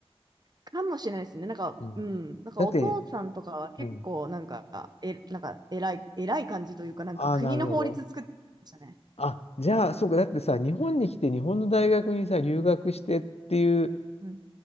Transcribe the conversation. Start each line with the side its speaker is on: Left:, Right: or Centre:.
Right: かもしれないですね。なんか、
Left: うん。
Right: うん、なんかお父さんとかは結構、
Left: だって、うん。
Right: なんか、え、なんか、偉い、偉い感じというか、なんか国の法律作ってましたね。
Left: ああ、なるほど。あ、じゃあ、そうか。だってさ、日本に来て日本の大学にさ、留学してっていう
Right: うん。